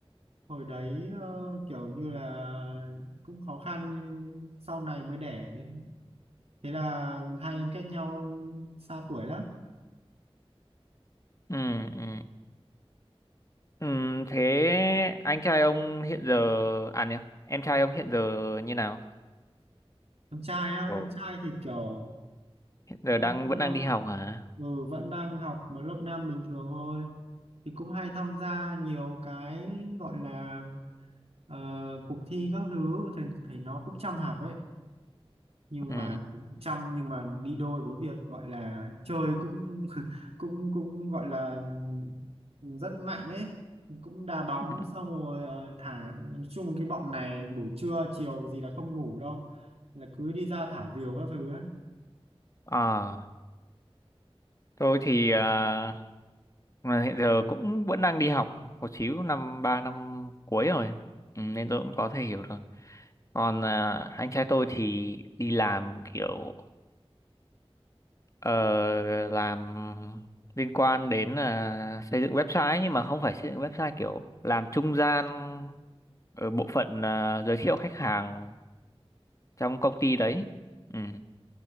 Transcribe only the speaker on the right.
Hồi đấy ờ, kiểu như là cũng khó khăn nên sau này mới đẻ. ấy. Thế là hai em cách nhau xa tuổi lắm.
Em trai á,
em trai thì kiểu
cũng
ờ,
ừ, vẫn đang học một lớp 5 bình thường thôi thì cũng hay tham gia nhiều cái gọi là ờ, cuộc thi các thứ thì thầy nó cũng chăm học ấy nhưng
mà chăm nhưng mà đi đôi với việc gọi là chơi cũng <laughs> cũng cũng gọi là rất mạnh ấy cũng đá bóng
xong rồi ờ, thả nói chung cái bọn này buổi trưa chiều gì là không ngủ đâu là cứ đi ra thả diều các thứ ấy